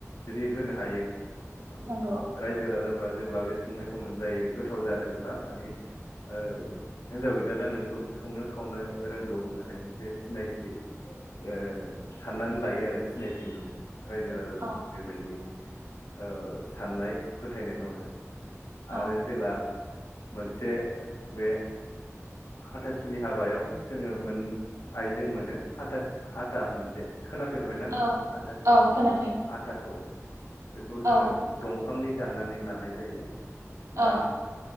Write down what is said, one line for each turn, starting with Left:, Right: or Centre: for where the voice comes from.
Left: जुदि होनो हायो औ।
Right: नंगौ
Left: रायजो राजा फ्रा जेब्ला बे संनायखौ मोनजायो गोथाव जादोंब्ला माने ओ हिन्जाव गोदाना नोंगौ संनो खावनो रोंगौ होननानै मोनसे सिनायथि ओ साननानै लायो आरो सिनायथि मोनो। रायजो राजों
Right: औ
Left: बेबायदि ओ साननाय फोथायनाय दं आरो
Right: औ
Left: आरो जेला मोनसे बे हाथासुनि हाबायाव जोङो मोन आइजें मोनो हाथास हाथा मोनसे खोनाफेरबायना
Right: औ
Left: नोङो आथासुनिनियाव
Right: औ खोनाफै
Left: आथाखौ बेखौ
Right: औ
Left: जोङो दं फांनि दाननानै लानाय जायो
Right: औ
Left: दा